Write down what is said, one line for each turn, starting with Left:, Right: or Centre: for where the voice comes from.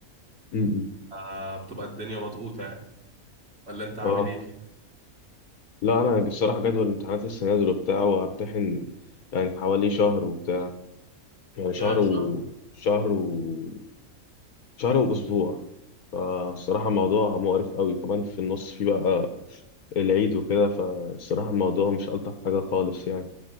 Left: امم
Right: آه، بتبقى الدنيا مضغوطه يعني ولا انت عامل
Left: اه
Right: ايه فيها
Left: لا انا الصراحه جدول الامتحانات لسه نازل وبتاع وهمتحن يعني حوالي شهر وبتاع يعني شهر
Right: يا
Left: و
Right: شهر
Left: شهر و شهر واسبوع فالصراحه موضوع مقرف قوي كمان في النص في بقى العيد وكده فالصراحه الموضوع مش الطف حاجه خالص يعني